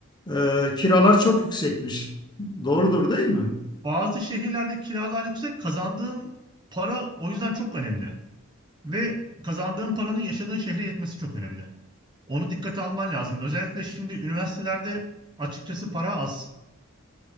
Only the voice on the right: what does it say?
Bazı şehirlerde kiralar yüksek. Kazandığın para o yüzden çok önemli. Ve kazandığın paranın yaşadığın şehre yetmesi çok önemli. Onu dikkate alman lazım. Özellikle şimdi üniversitelerde açıkçası para az.